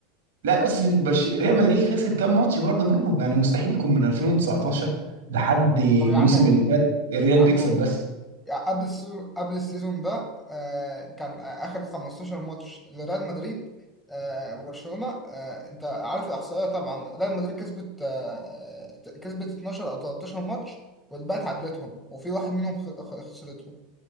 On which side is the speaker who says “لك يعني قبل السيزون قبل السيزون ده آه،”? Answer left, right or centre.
Centre